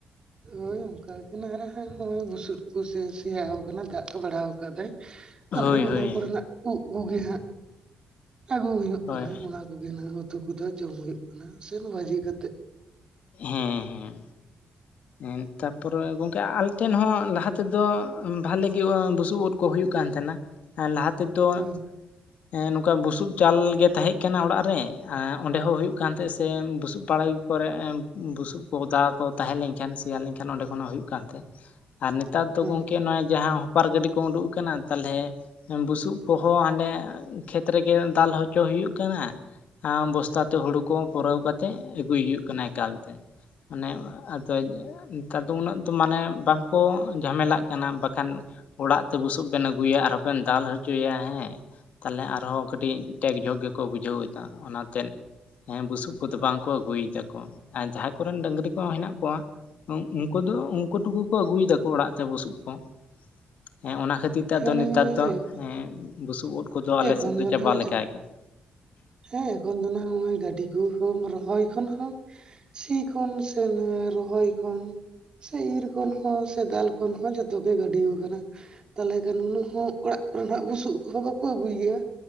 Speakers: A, on the right (about 35°); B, on the left (about 65°).
A: ᱦᱳᱭ ᱚᱝᱠᱟ ᱜᱮ ᱱᱟᱦᱟᱸᱜ ᱦᱳᱭ ᱵᱩᱥᱩᱵ ᱠᱚ ᱥᱮ ᱥᱮᱭᱟᱣ ᱠᱟᱱᱟ ᱫᱟᱜ ᱵᱟᱲᱟᱣ ᱠᱟᱫᱟᱭ ᱛᱟᱞᱦᱮ
B: ᱦᱳᱭ
A: ᱚᱱᱟ
B: ᱦᱳᱭ
A: ᱠᱚᱨᱮᱱᱟᱜ ᱩᱫ ᱠᱚᱜᱤ ᱦᱟᱸᱜ ᱟᱹᱜᱩ ᱦᱩᱭᱩᱜ
B: ᱦᱳᱭ
A: ᱠᱟᱱᱟ ᱚᱱᱟ ᱠᱚᱜᱤᱱ ᱦᱟᱸᱜ ᱦᱩᱛᱩ ᱠᱚᱫᱚ ᱡᱚᱢ ᱦᱩᱭᱩᱜ ᱠᱟᱱᱟ ᱥᱮᱱ ᱵᱷᱟᱹᱡᱤ ᱠᱟᱛᱮᱜ
B: ᱦᱩᱸ ᱦᱩᱸ ᱮᱸ ᱛᱟᱯᱚᱨᱮ ᱜᱚᱝᱠᱮ ᱟᱞᱮ ᱴᱷᱮᱱ ᱦᱚᱸ ᱞᱟᱦᱟ ᱛᱮᱫᱚ ᱵᱷᱟᱞᱮ ᱜᱮ ᱵᱩᱥᱩᱵ ᱩᱫ ᱠᱚ ᱦᱩᱭᱩᱜ ᱠᱟᱱ ᱛᱟᱦᱮᱱᱟ ᱞᱟᱦᱟ ᱛᱮᱫᱚ
A: ᱦᱳᱭ
B: ᱮᱸ ᱱᱚᱝᱠᱟ ᱵᱩᱥᱩᱵ ᱪᱟᱞ ᱜᱮ ᱛᱟᱦᱮᱸᱜ ᱠᱟᱱᱟ ᱚᱲᱟᱜ ᱨᱮ ᱟᱸ ᱚᱸᱰᱮ ᱦᱚᱸ ᱦᱩᱭᱩᱜ ᱠᱟᱱ ᱛᱟᱦᱮᱸ ᱥᱮ ᱵᱩᱥᱩᱯ ᱯᱟᱲᱚᱭ ᱠᱚᱨᱮᱜ ᱮᱸ ᱵᱩᱥᱩᱵ ᱠᱚ ᱚᱫᱟ ᱠᱚ ᱛᱟᱦᱮᱸ ᱞᱮᱱ ᱠᱷᱟᱱ ᱥᱮᱭᱟ ᱞᱮᱱ ᱠᱷᱟᱱ ᱚᱸᱰᱮ ᱠᱷᱚᱱ ᱦᱚᱸ ᱦᱩᱭᱩᱜ ᱠᱟᱱᱛᱮ ᱟᱨ ᱱᱮᱛᱟᱨ ᱫᱚ
A: ᱦᱳᱭ
B: ᱜᱚᱝᱠᱮ ᱱᱚᱜᱼᱚᱭ ᱡᱟᱦᱟᱸ ᱦᱚᱯᱟᱨ ᱜᱟᱹᱰᱤ ᱠᱚ ᱩᱸᱰᱩᱸᱜ ᱟᱠᱟᱱᱟ ᱛᱟᱞᱦᱮ ᱵᱩᱥᱩᱵ ᱠᱚᱦᱚᱸ ᱦᱟᱸᱰᱮ ᱠᱷᱮᱛ ᱨᱮᱜᱮ ᱫᱟᱞ ᱦᱚᱪᱚ ᱦᱩᱭᱩᱜ ᱠᱟᱱᱟ -ᱼ ᱵᱚᱥᱛᱟ ᱛᱮ ᱦᱩᱲᱩ ᱠᱚ ᱯᱚᱨᱟᱹᱣ ᱠᱟᱛᱮᱜ ᱟᱹᱜᱩᱭ ᱦᱩᱭᱩᱜ ᱠᱟᱱᱟ ᱾ ᱮᱠᱟᱞᱛᱮ ᱢᱟᱱᱮᱜ ᱩᱸᱜ ᱟᱫᱚᱡᱼᱩᱸᱜ ᱾ ᱛᱟᱨᱫᱚ ᱩᱱᱟᱹᱜ ᱫᱚ ᱢᱟᱱᱮ ᱵᱟ-ᱠᱚ ᱡᱷᱟᱢᱮᱞᱟᱜ ᱠᱟᱱᱟ ᱵᱟᱠᱷᱟᱱ ᱚᱲᱟᱜ ᱛᱮ ᱵᱩᱥᱩᱵ ᱵᱮᱱ ᱟᱹᱜᱩᱭᱟ ᱟᱨᱦᱚᱸ ᱵᱮᱱ ᱫᱟᱞ ᱦᱚᱪᱚᱭᱟ ᱦᱮᱸ ᱛᱟᱞᱦᱮ ᱟᱨᱦᱚᱸ ᱠᱟᱹᱴᱤᱡ ᱴᱮᱠ ᱡᱷᱚᱠ ᱜᱮᱠᱚ ᱵᱩᱡᱷᱟᱹᱣ ᱮᱫᱟ ᱚᱱᱟᱛᱮ ᱦᱮᱸ ᱵᱩᱥᱩᱵ ᱠᱚᱫᱚ ᱵᱟᱝ ᱠᱚ ᱟᱹᱜᱩᱭᱮᱫᱟ ᱠᱚ ᱾ ᱟᱨ ᱡᱟᱦᱟᱸᱭ ᱠᱚᱨᱮᱱ ᱰᱟᱹᱝᱨᱤ ᱠᱚᱸᱦᱚᱸ ᱦᱮᱱᱟᱜ ᱠᱚᱣᱟ ᱩᱱᱠᱩ ᱫᱚ ᱩᱱᱠᱩ ᱴᱩᱠᱩ ᱠᱚ ᱟᱹᱜᱩᱭ ᱫᱟᱠᱚ ᱚᱲᱟᱜ ᱛᱮ ᱵᱩᱥᱩᱵ ᱾ ᱠᱚᱸᱜ, ᱦᱮᱸ ᱚᱱᱟ ᱠᱷᱟᱹᱛᱤᱨ ᱛᱮ
A: ᱦᱮᱸ
B: ᱟᱫᱚ ᱱᱮᱛᱟᱨ
A: ᱦᱮᱸ
B: ᱫᱚ ᱮᱸ ᱵᱩᱥᱩᱵ ᱳᱫ ᱠᱩᱫᱚ ᱟᱞᱮ
A: ᱮᱠᱷᱚᱱ
B: ᱥᱮᱫ ᱫᱚ ᱪᱟᱵᱟ
A: ᱱᱟᱦᱟᱜ
B: ᱞᱮᱠᱟ ᱜᱮ ᱾
A: ᱦᱮᱸ ᱮᱠᱷᱚᱱ ᱫᱚ ᱱᱟᱸᱦᱜ ᱱᱚᱜ-ᱚᱭ ᱜᱟᱹᱰᱤ ᱠᱩ ᱠᱚ ᱨᱚᱦᱚᱭ ᱠᱷᱚᱱ ᱦᱚᱸ ᱥᱤ ᱠᱷᱚᱱ ᱥᱮ ᱚᱱᱟ ᱨᱚᱦᱚᱭ ᱠᱷᱚᱱ ᱥᱮ ᱤᱨ ᱠᱷᱚᱱ ᱦᱚᱸ ᱥᱮ ᱫᱟᱞ ᱠᱷᱚᱱ ᱦᱚᱸ ᱡᱚᱛᱚ ᱜᱮ ᱜᱟᱹᱰᱤᱭ ᱠᱟᱱᱟ ᱾ ᱛᱟᱞᱦᱮ ᱠᱷᱟᱱ ᱩᱱᱟᱹᱜ ᱦᱚᱸ ᱚᱲᱟᱜ ᱠᱚᱨᱮ ᱱᱟᱜ ᱵᱩᱥᱩᱵ ᱠᱚᱦᱚᱸ ᱵᱟᱠᱚ ᱟᱹᱜᱩᱭ ᱜᱮᱭᱟ